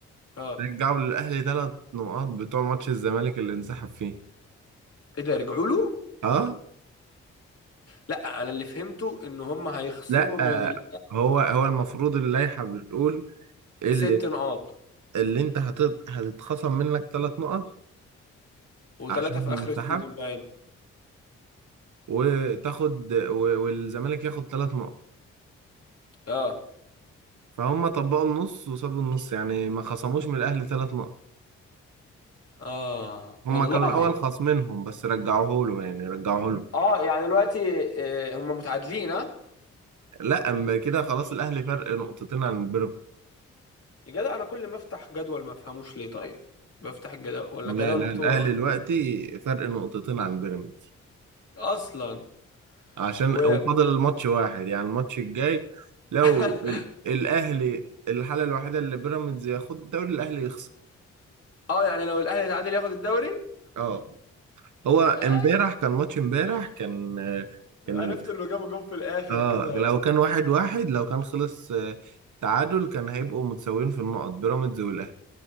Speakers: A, on the left; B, on the right.
A: اه
B: رجعوا للأهلي ثلاث نقاط بتوع ماتش الزمالك اللي انسحب فيه
A: ايه ده رجعوا له
B: أه
A: لا انا اللي فهمته ان هم هيخصموا
B: لا
A: من
B: آه،
A: ال...
B: هو هو المفروض اللائحة بتقول اللي
A: ست نقاط
B: اللي أنت هتت- هتتخصم منك ثلاث نقط
A: وثلاثه
B: عشان
A: في اخر
B: انسحب
A: السيزون باين
B: وتاخد و- والزمالك ياخد ثلاث نقط
A: اه
B: فهم طبقوا النص وسابوا النص يعني ما خصموش من الاهلي ثلاث نقط
A: اه
B: هم
A: والله
B: كانوا الاول خاصمينهم بس رجعوه له يعني رجعوه له
A: اه يعني دلوقتي آه، هم متعادلين ها
B: لا اما كده خلاص الاهلي فرق نقطتين عن بيراميدز
A: يا جدع انا كل ما افتح جدول ما افهموش ليه طيب بفتح الجدول ولا
B: لا
A: الجدول
B: لا
A: مكتوبه
B: الاهلي
A: غلط
B: دلوقتي فرق نقطتين عن بيراميدز
A: اصلا
B: عشان
A: و...
B: وفاضل
A: و...
B: الماتش واحد يعني الماتش الجاي لو
A: <laughs>
B: ال... الاهلي الحاله الوحيده اللي بيراميدز ياخد الدوري الاهلي يخسر
A: اه يعني لو الاهلي تعادل ياخد الدوري
B: اه هو امبارح
A: آه،
B: كان ماتش امبارح كان كان
A: عرفت اللي جابوا جون في الاخر
B: اه
A: كده
B: لو كان واحد واحد لو كان خلص آه، تعادل كان هيبقوا متساويين في النقط بيراميدز والاهلي